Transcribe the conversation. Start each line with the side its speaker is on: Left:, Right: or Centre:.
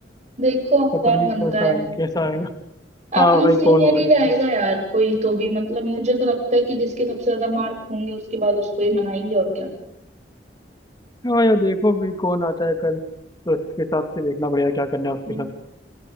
Right: देखो अब
Left: पता
Right: कौन
Left: नहीं
Right: बनता
Left: कैसा
Right: है
Left: है कैसा आएगा हाँ
Right: अपना
Left: वही
Right: सीनियर
Left: कौन होगा
Right: ही
Left: देखते
Right: रहेगा
Left: हैं
Right: यार कोई तो भी मतलब मुझे तो लगता है कि जिसके सबसे ज्यादा मार्क होंगे उसके बाद उसको ही मनाएंगे और क्या
Left: हाँ यार देखो भी कौन आता है कल तो उसके हिसाब से देखना पड़ेगा क्या करना है उसके
Right: हम्म।
Left: साथ